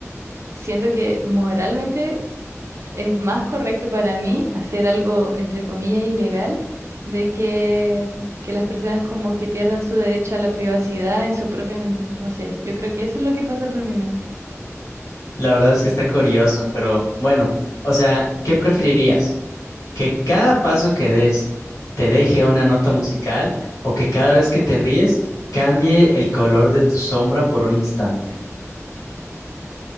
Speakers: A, on the right; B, on the left.
A: siento que moralmente es más correcto para mí hacer algo entre comillas ilegal de que que las personas como que pierdan su derecho a la privacidad en su propia mente. No sé, yo creo que eso es lo que pasa por mi mente.
B: La verdad es que está curioso, pero bueno, o sea, ¿qué preferirías? que cada paso que des te deje una nota musical o que cada vez que te ríes cambie el color de tu sombra por un instante.